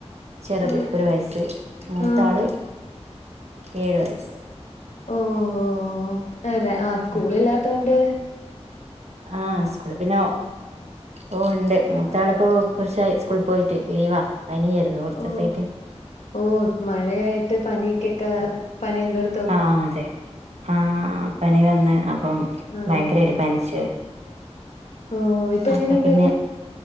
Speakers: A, on the right; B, on the left.
A: ചെറുത്
B: ആഹ്
A: ഒരു വയസ്സ് മൂത്താള്
B: ആഹ്
A: ഏഴു വയസ്സ്
B: ഓ ഹ് നെരെ ആ സ്കൂളില്ലാത്തകൊണ്ട്
A: ഉം ആഹ് സ്കൂള് പിന്നെ ഓ ഇണ്ട് മൂത്താളിപ്പോ കൊറച്ചായി സ്കൂളി പോയിട്ട് ലീവാ പനിയാരുന്നു കൊറച്ചിസായിട്ട്
B: ഓ ഓ മഴയായിട്ട് പനിക്കൊക്കെ പനിയെല്ലാട
A: ആഹ് അതെ ആ പനി വന്ന് അപ്പം
B: അതെ
A: ഭയങ്കരായിട്ട് പനിച്ച്
B: ഓ ഇപ്പൊ
A: അപ്പൊ
B: എങ്ങനെണ്ട്
A: പിന്നെ